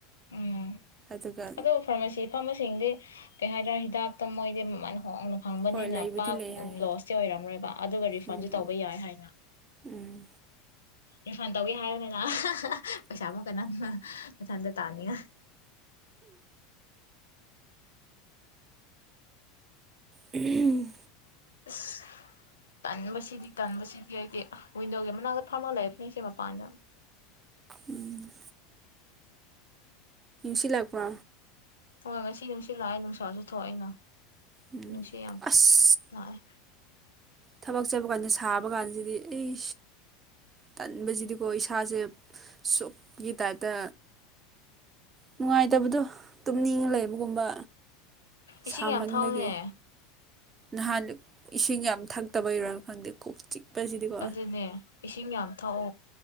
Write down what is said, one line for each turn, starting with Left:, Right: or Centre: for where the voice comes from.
Left: ꯎꯝ
Right: ꯑꯗꯨꯒ
Left: ꯑꯗꯨ ꯐꯥꯔꯃꯥꯁꯤ ꯐꯝꯕꯁꯤꯡꯗꯤ ꯀꯩ ꯍꯥꯏꯇꯥꯔꯣ ꯍꯤꯗꯥꯛꯇ ꯃꯣꯏꯗꯤ ꯃꯃꯜ ꯍꯣꯡꯅ ꯐꯪꯕꯅꯤꯅ
Right: ꯍꯣꯏ ꯂꯩꯕꯨꯗꯤ
Left: ꯄꯥꯛ
Right: ꯂꯩ ꯍꯥꯏ
Left: ꯂꯣꯁꯇꯤ ꯑꯣꯏꯔꯝꯔꯣꯏꯕ ꯑꯗꯨꯒ ꯔꯤꯐꯟꯁꯨ
Right: ꯎꯝ
Left: ꯇꯧꯕ ꯌꯥꯏ ꯍꯥꯏꯅ
Right: ꯎꯝ
Left: ꯔꯤꯐꯟ ꯇꯧꯋꯤ ꯍꯥꯏꯕꯅꯤꯅ ꯄꯩꯁꯥꯃꯨꯛ ꯀꯟꯅꯟꯅ ꯃꯊꯟꯗ ꯇꯥꯅꯤꯉꯥꯢ
Right: ꯎꯝ
Left: ꯑꯁ ꯇꯟꯕꯁꯤꯗꯤ ꯇꯟꯕꯁꯤꯗꯤ ꯑꯩꯗꯤ ꯋꯤꯟꯗꯣꯒꯤ ꯃꯅꯥꯛꯇ ꯐꯝꯃ ꯂꯩ ꯐꯁꯦ ꯃꯄꯥꯟꯗ
Right: ꯎꯝ ꯁꯤꯂꯥꯛꯄꯣ
Left: ꯍꯣꯏ ꯉꯁꯤ ꯅꯨꯡꯁꯤꯠ ꯂꯥꯛꯑꯦ ꯅꯨꯡꯁꯥꯁꯨ ꯊꯣꯛꯑꯅ
Right: ꯎꯝ
Left: ꯁꯤꯌꯝ ꯀꯟ
Right: ꯑꯁ
Left: ꯂꯥꯛꯑꯦ
Right: ꯊꯕꯛ ꯆꯠꯄ ꯀꯥꯟꯗ ꯁꯥꯕ ꯀꯥꯟꯁꯤꯗꯤ ꯑꯩ ꯇꯟꯕꯁꯤꯗꯤꯀꯣ ꯏꯁꯥꯁꯦ ꯁꯨꯛꯀꯤ ꯇꯥꯏꯞꯇ ꯅꯨꯡꯉꯥꯏꯇꯕꯗꯣ ꯇꯨꯝꯅꯤꯡ ꯂꯩꯕꯒꯨꯝꯕ
Left: ꯏꯁꯤꯡ
Right: ꯁꯥꯃꯟꯕꯒꯤ
Left: ꯌꯥꯝ ꯊꯛꯎꯅꯦ
Right: ꯅꯍꯥꯟ ꯏꯁꯤꯡ ꯌꯥꯝ ꯊꯛꯇꯕꯩꯔ ꯈꯪꯗꯦ ꯀꯣꯛ ꯆꯤꯛꯄꯁꯤꯗꯤꯀꯣ
Left: ꯑꯗꯨꯅꯦ ꯏꯁꯤꯡ ꯌꯥꯝ ꯊꯛꯑꯣ